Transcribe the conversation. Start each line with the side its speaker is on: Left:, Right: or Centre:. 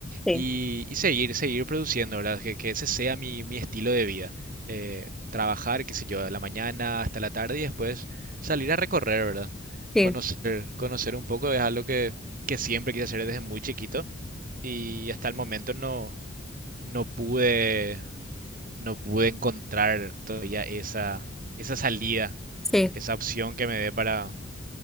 Centre: sí,
Right: Y, y seguir, seguir produciendo, ¿verdad? Que, que ese sea mi, mi estilo de vida. Eh, trabajar, qué sé yo, de la mañana hasta la tarde y después salir a recorrer, ¿verdad?
Centre: sí,
Right: Conocer, conocer un poco es algo que, que siempre quise hacer desde muy chiquito y hasta el momento no, no pude, no pude encontrar todavía esa, esa salida,
Centre: sí.
Right: esa opción que me dé para,